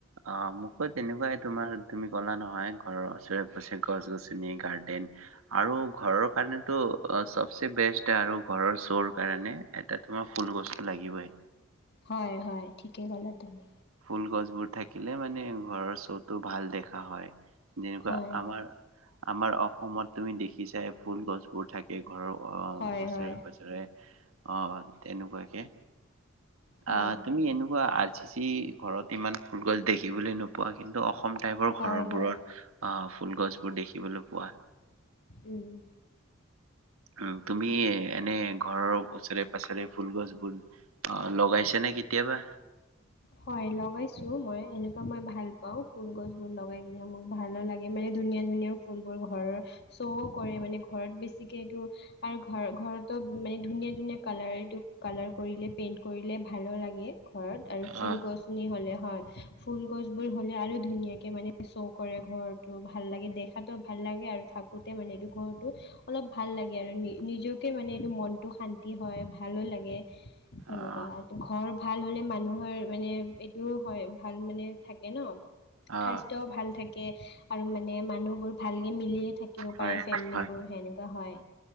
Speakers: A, on the right; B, on the left.
A: অ মোকো তেনেকুৱাই তোমাৰ তুমি ক'লা নহয় ঘৰ ওচৰে পচৰে গছ-গছনি গাৰ্ডেন আৰু ঘৰৰ কাৰণে ত' চবচে বেষ্ট আৰু ঘৰৰ শ'ৰ কাৰণে এটা তোমাৰ ফুলগছ লাগিবই।
B: হয় হয় ঠিকে ক'লা তুমি।
A: ফুল গছবোৰ থাকিলে মানে ঘৰৰ শ্বটো ভাল দেখা হয়। যেনেকুৱা
B: হয়
A: আমাৰ আমাৰ অসমত তুমি দেখিছাই। ফুল গছবোৰ থাকে ঘৰৰ অ',
B: হয়
A: ওচৰে-পাজৰে
B: হয়
A: অ', তেনেকুৱা <inaudible>
B: হয়
A: অহ, তুমি এনেকুৱা আৰ চি চি ঘৰত ইমান ফুলগছ দেখিবলৈ নোপোৱা কিন্তু অসম টাইপৰ ঘৰৰবোৰৰ
B: হয় হয়
A: অহ, ফুল গছবোৰ দেখিবলৈ পোৱা
B: উম
A: হম, তুমি এনে ঘৰৰ ওচৰে পাজৰে ফুলগছবোৰ অহ লগাইছানে কেতিয়াবা?
B: হয় লগাইছো মই, এনেকুৱা মই ভাল পাওঁ, ফুলগছবোৰ লগাই কিনে মোক ভালো লাগে, মানে ধুনীয়া ধুনীয়া ফুলবোৰ ঘৰৰ শ্ব' কৰে, মানে ঘৰত বেছি কেইটো আৰু ঘৰ-ঘৰতো মানে ধুনীয়া ধুনীয়া কালাৰ এইটো, কালাৰ কৰিলে, পেইণ্ট কৰিলে ভালো লাগে ঘৰত। ফুল
A: অ'
B: গছনি হ'লে। হয়, ফুল গছবোৰ হ'লে আৰু ধুনীয়াকে মানে শ্ব' কৰে ঘৰটো, ভাল লাগে, দেখাতো ভাল লাগে আৰু থাকোঁতে মানে এইটো ঘৰটো অলপ ভাল লাগে আৰু নিজকে মানে এইটো মনটো শান্তি হয়, ভালো লাগে। সেনেকুৱা
A: অ'
B: আটো ঘৰ ভাল হ'লে মানুহৰ মানে এইটো হয়, ভাল মানে থাকে ন?
A: অ'
B: স্বাস্থ্যয়ও ভাল থাকে আৰু মানে মানুহবোৰ ভাল মিলিে থাকিব
A: হয়
B: পাৰে ফেমিলিবোৰ
A: হয়।
B: সেনেকুৱা হয়